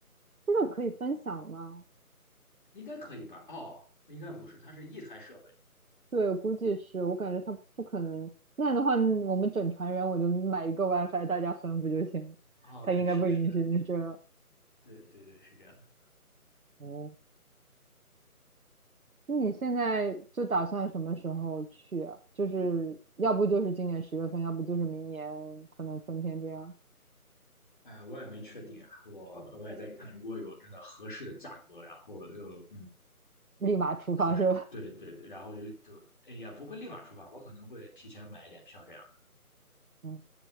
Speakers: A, on the right (about 65°); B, on the left (about 35°).
A: 这种可以分享吗？
B: 应该可以吧？哦，应该不是，它是一台设备。
A: 对，我估计是，我感觉他不可能。那样的话，我们整船人我就买一个 WiFi，大家分不就行了他应该不允许你这样。
B: 哦，对，是的，是的，对对对，是这样的。
A: 哦，那你现在就打算什么时候去啊？就是要不就是今年十月份，要不就是明年可能春天这样，
B: 哎，我也没确定啊，我我也在看，如果有真的合适的价格，然后又嗯
A: 立马出发是吧？
B: 合适，对对对，然后就就哎也不会立马出发，我可能会提前买一点票这样。
A: <laughs>